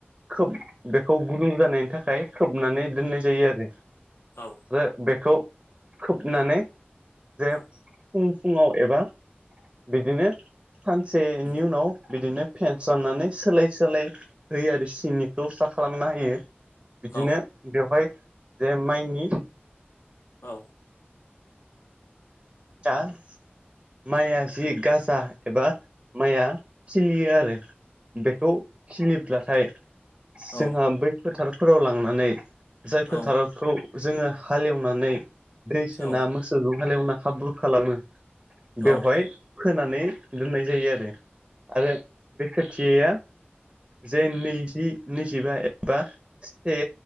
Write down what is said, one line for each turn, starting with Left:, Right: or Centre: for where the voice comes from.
Right: खोब बेखौ गुदुं जानायनि थाखाय खोबनानै दोननाय जायो आरो
Left: औ
Right: आ बेखौ खोबनानै जे
Left: औ
Right: फुं फुङाव एबा बिदिनो सानसेनि
Left: औ
Right: उनाव बिदिनो फेनस्रा ननानै सोलाय सोलाय होयो आरो सिंनिखौ सा खालामना होयो। बिदिनो
Left: औ
Right: बेवहाय जे माइनि
Left: औ
Right: <unintelligible> माया जि गाजा एबा माय आ खिलियो आरो बेखौ
Left: औ
Right: खिलिब्लाथाय जोंहा
Left: औ
Right: बै फोथारफोराव लांनानै जाय
Left: औ
Right: फोथारखौ जोङो हालेवनानै दै सोना
Left: औ
Right: मोसौ जों हालेवना हाब्रु खालामो
Left: औ
Right: बेवहाय फोनानै दोननाय जायो आरो आरो बे खोथियाया जे नैजि नैजिबा एबा से